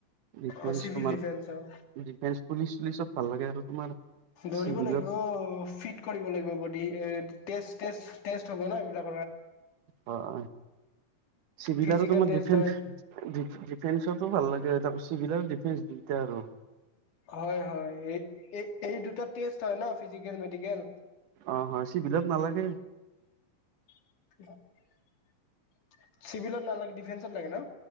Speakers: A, on the right (about 80°); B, on the left (about 75°).
A: ডিফেন্স
B: অ', চিভিল
A: তোমাৰ
B: ডিফেন্সৰ
A: ডিফেন্স পুলিচ চুলিচত ভাল লাগে আৰু তোমাৰ
B: দৌৰিব
A: চিভিলত
B: লাগিব ফিট কৰিব লাগিব বডি এ টেষ্ট, টেষ্ট, টেষ্ট হ'ব ন এইলাক?
A: হয় চিভিল
B: ফিজিকেল
A: আৰু তোমাৰ
B: টেষ্ট
A: ডিফেন্
B: হয়
A: ডিফেন্সটো ভাল লাগে এ চিভিল আৰু ডিফেন্স দুইটাই আৰু।
B: হয় হয় এই দুটা টেষ্ট হয় ন ফিজিকেল মেডিকেল
A: অ', হয় চিভিলত নালাগে।
B: <unintelligible> চিভিলত নালাগে ডিফেন্সত লাগে ন?